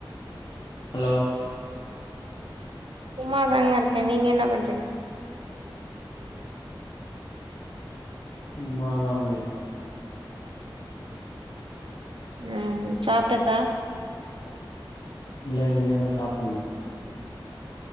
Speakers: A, on the left; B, on the right.
A: ஹலோ
B: சும்மா தாங்க இருக்க நீங்க என்ன பண்றீங்க
A: சும்மா தாங்க
B: ம் சாப்டாச்சா
A: இல்ல இனிமே தா சாப்புன்னு